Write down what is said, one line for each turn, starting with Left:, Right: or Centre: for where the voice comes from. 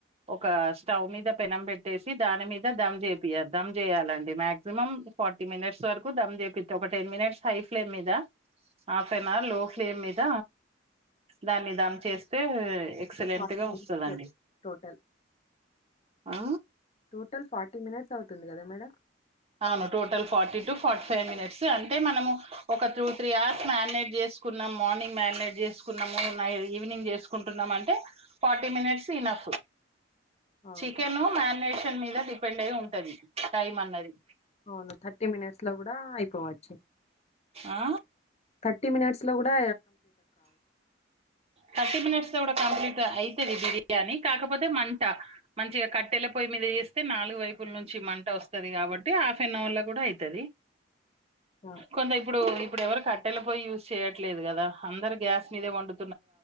Right: ఒక స్టవ్ మీద పెనం పెట్టేసి దాని మీద దమ్ చేపియాలి దమ్ చేయాలండి మ్యాక్సిమం ఫార్టీ మినిట్స్ వరకు దమ్ చేపి ఒక టెన్ మినిట్స్ హై ఫ్లేమ్ మీద హాఫ్ అన్ అవర్ లో ఫ్లేమ్ మీద దాన్ని దమ్ చేస్తే ఎక్సలెంట్
Left: <unintelligible>
Right: గా వస్తుందండి
Left: టోటల్
Right: ఆ
Left: టోటల్ ఫార్టీ మినిట్స్ అవుతుంది కదా మేడం
Right: అవును total forty to forty five minutes అంటే మనము ఒక టూ త్రీ అవర్స్ మ్యారినేట్ చేసుకున్నాం మార్నింగ్ మ్యారినేట్ చేసుకున్నాము నైట్ ఈవినింగ్ చేసుకుంటున్నాము అంటే ఫార్టీ మినిట్స్ ఇనఫ్
Left: అవును.
Right: చికెను మ్యానేట్ కెన్ మీద డిపెండ్ అయి ఉంటది టైమ్ అన్నది
Left: అవును థర్టీ మినిట్స్ లో కూడా డా అయిపోవచ్చు
Right: ఆ
Left: థర్టీ మనిట్స్ లో కూడా
Right: థర్టీ మినిట్స్ లో కూడా కంప్లీట్ గ అయితది బిర్యాని కాకపోతే మంట మంచిగా కట్టెలా పోయి మీదస్త అయితే నాలుగు వైపుల నుంచి మంట వస్తు స్తది కాబట్టి హాఫ్ అన్ అవర్ లో కూడా అయితది
Left: అబ్బా!
Right: కొంత ఇప్పుడు ఇప్పుడు ఎవరు కట్టెల పోయి యూజ్ చేయట్లేదు కదా అందర్ గ్యాస్ మీదే వండు